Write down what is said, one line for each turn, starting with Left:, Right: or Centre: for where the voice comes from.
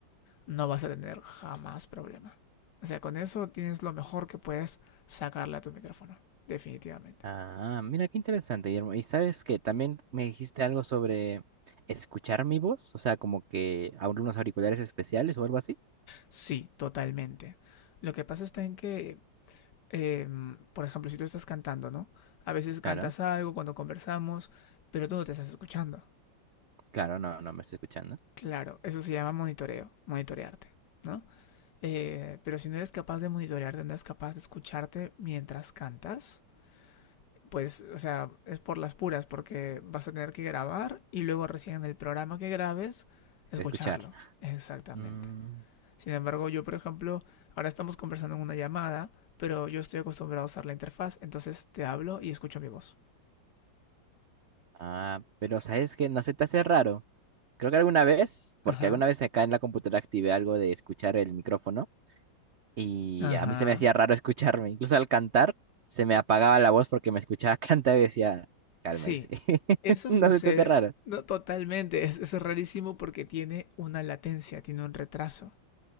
Left: no vas a tener jamás problema. O sea, con eso tienes lo mejor que puedes sacarle a tu micrófono, definitivamente.
Right: Ah, mira, qué interesante, Guillermo. Y sabes que también me dijiste algo sobre escuchar mi voz, o sea, como que a unos auriculares especiales o algo así.
Left: Sí, totalmente. Lo que pasa está en que eh, por ejemplo, si tú estás cantando, ¿no? A veces cantas
Right: Claro,
Left: algo cuando conversamos, pero tú no te estás escuchando.
Right: claro, no, no me estoy escuchando.
Left: Claro, eso se llama monitoreo, monitorearte, ¿no? Eh, pero si no eres capaz de monitorearte, no eres capaz de escucharte mientras cantas, pues, o sea, es por las puras, porque vas a tener que grabar y luego recién en el programa que grabes, escucharlo.
Right: Escuchar.
Left: Exactamente.
Right: Mm.
Left: Sin embargo, yo, por ejemplo, ahora estamos conversando en una llamada, pero yo estoy acostumbrado a usar la interfaz, entonces te hablo y escucho mi voz.
Right: Ah, pero ¿sabes que No se te hace raro. Creo que alguna vez, porque
Left: Ajá,
Right: alguna vez acá en la computadora activé algo de escuchar el micrófono y
Left: ajá.
Right: a mí se me hacía raro <laughs> escucharme. Incluso al cantar se me apagaba la voz porque me escuchaba <laughs> cantar y decía, cálmese.
Left: Sí,
Right: <laughs>
Left: eso
Right: No
Left: sucede
Right: se te hace raro.
Left: no, totalmente. Es, es rarísimo porque tiene una latencia, tiene un retraso.